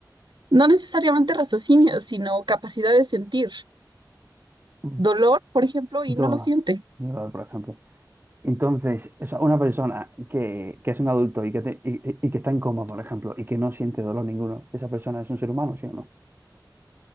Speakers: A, on the right; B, on the right.
A: no necesariamente raciocinio, sino capacidad de sentir
B: Mm.
A: dolor, por ejemplo, y
B: Do-
A: no lo siente.
B: dolor, por ejemplo. Entonces, o sea, una persona que, que es un adulto y que, te- y, y- y que está en coma, por ejemplo, y que no siente dolor ninguno, ¿esa persona es un ser humano, sí o no?